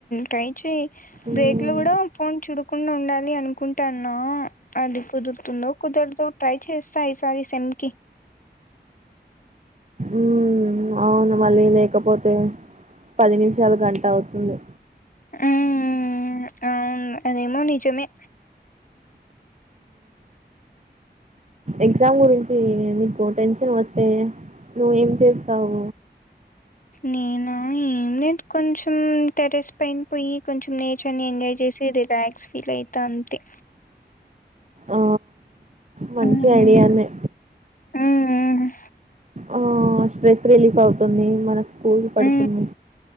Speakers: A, on the left (about 50°); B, on the right (about 40°).
A: టై క్షి
B: ఉమ్
A: బ్రేక్ లో కూడా ఫోన్ చూడు తప్పకుండా ఉండాలి అనుకుంటానా, అది కుదురుతుందో కుదరదు ట్రై చేస్తా ఈసారి సెమికి
B: ఉ అవును మళ్ళీ లేకపోతే పది నిమిషాలు గంట అవుతుంది
A: మ్ అవును అ దేమో నిజమే
B: ఎగ్జామ్ గురించి నీకు టెన్షన్ వస్తే నువ్వు ఏం చేస్తావు
A: నేనా ఏం లేదు కొంచెం టెరస్ పైన పోయి కొంచెం నేచర్ ని ఎంజాయ్ చేసి రిలాక్స్ ఫీల్ అయితా అంతే
B: ఆ మంచి
A: హ్మ్.
B: ఐడియాన్నే
A: హ్మ్. హ్మ్.
B: ఆ స్ట్రెస్ రిలీఫ్ అవుతుంది మనకు కూల్ పడుతుంది
A: హ